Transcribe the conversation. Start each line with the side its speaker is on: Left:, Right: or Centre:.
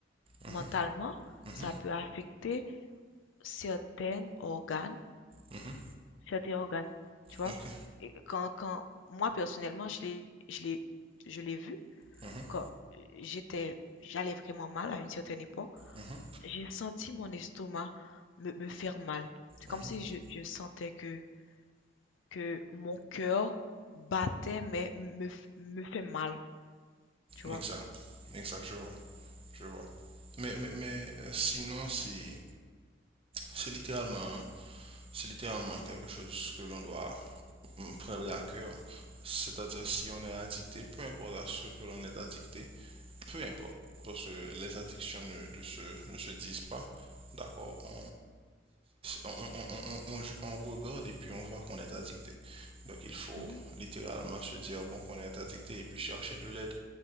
Left: mentalement,
Right: Mhm, mhm,
Left: ça peut affecter certains organes,
Right: mhm,
Left: certains organes, tu vois.
Right: Ok.
Left: Et quand, quand moi personnellement, je l'ai, je l'ai, je l'ai vu
Right: mhm,
Left: quand j'étais, j'allais vraiment mal à une certaine époque,
Right: mhm,
Left: j'ai senti mon estomac me, me faire mal. C'est comme
Right: mhm.
Left: si je, je sentais que, que mon cœur battait, mais me, me fait mal, tu vois.
Right: Exact. Exact, je vois. Je vois. Mais, mais, mais, euh, sinon, c'est c'est littéralement, c'est littéralement quelque chose que l'on doit mm, prendre à cœur. C'est-à-dire, si on est addicté, peu importe à ce que l'on est addicté, peu importe, parce que les addictions ne, de se, ne se disent pas. D'accord, on, on, on- on- on- regarde et puis on voit qu'on est addicté. Donc il faut
Left: Mhm.
Right: littéralement se dire bon qu'on est addicté et puis chercher de l'aide